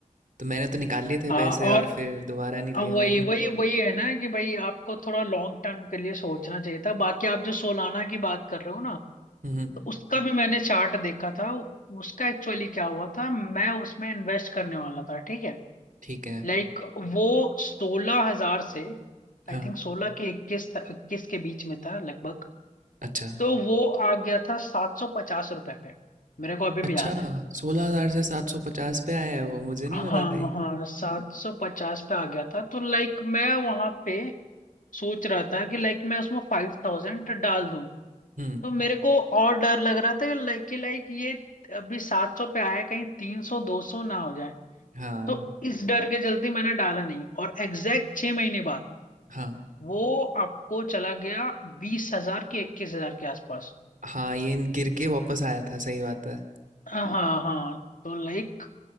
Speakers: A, on the right; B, on the left.
A: तो मैंने तो निकाल लिए थे
B: हाँ
A: पैसे
B: और
A: और फिर दोबारा नहीं लिया
B: अब वही
A: मैंने
B: वही वही है ना कि भाई आपको थोड़ा लॉन्ग टर्म के लिए सोचना चाहिए था बाकी आप जो सोलाना की बात कर रहे हो ना
A: हम्म
B: तो उसका भी मैंने चार्ट देखा था उसका एक्चुअली क्या हुआ था मैं उसमें इन्वेस्ट करने वाला था ठीक है
A: ठीक है
B: लाइक वो सोलह हजार से
A: हाँ
B: आई थिंक सोलह के इक्कीस इक्कीस के बीच में था लगभग
A: अच्छा
B: तो वो आ गया था सात सौ पचास रुपए पे मेरे को अभी भी
A: अच्छा
B: याद है
A: सोलह हजार से सात सौ पचास पे आया है वो मुझे नहीं
B: हाँ
A: पता था ये
B: हाँ सात सौ पचास पे आ गया था तो लाइक मैं वहां पे सोच रहा था कि लाइक मैं उसमें फाइव थाउजेंड डाल दूं
A: हम्म
B: तो मेरे को और डर लग रहा था कि लाइक कि लाइक ये अभी सात सौ पे आया कहीं तीन सौ दो सौ ना हो जाए
A: हाँ
B: तो इस डर के चलते मैंने डाला नहीं और एग्जैक्ट छह महीने बाद
A: हाँ
B: वो आपको चला गया बीस हजार के इक्कीस हजार के आसपास
A: हाँ ये गिर के वापस आया था सही बात है
B: हाँ हाँ तो लाइक